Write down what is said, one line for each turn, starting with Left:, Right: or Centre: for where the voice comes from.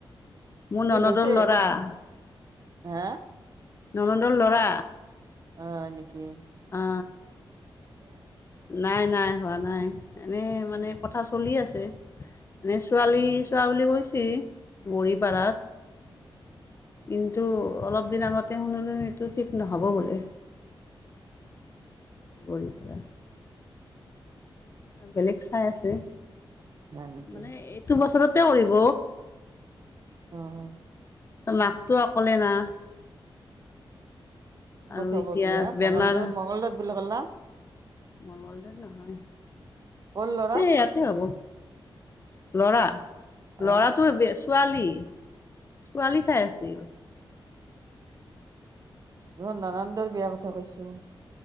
Left: মোৰ
Right: ঠিক
Left: ননদৰ
Right: হৈছে
Left: ল'ৰা
Right: ক'ত? হা?
Left: ননন্দৰ ল'ৰা।
Right: অ এনেকে।
Left: অ নাই নাই হোৱা নাই এনেই মানে
Right: অ
Left: কথা চলি আছে এনেই ছোৱালী
Right: অ',
Left: চোৱা বুলি কৈছে। মৰিপাৰত। কিন্তু অলপ দিন আগতে শুনিলো এইটো ঠিক নহ'ব বোলে। গঢ়ি পেলে। বেলেগ চাই আছে
Right: হয় নেকি
Left: মানে এইটো বছৰতে কৰিব।
Right: অ অ।
Left: মাকতো অকলে না? আৰু
Right: কত হ'ব
Left: এতিয়া
Right: বিয়া
Left: বেমাৰ
Right: মংগলদৈত মঙগলদৈত বুলি কলে না?
Left: মংগলদৈত নহয়।
Right: কৰ
Left: ইয়াতে
Right: ল'ৰা
Left: ইয়াত। এই হ'ব। ল'ৰা ল'ৰাটোৰ
Right: আহ
Left: বেষ্ট ছোৱালী ছোৱালী চাই আছিল।
Right: মই ননন্দৰ বিয়া কথা কৈছো।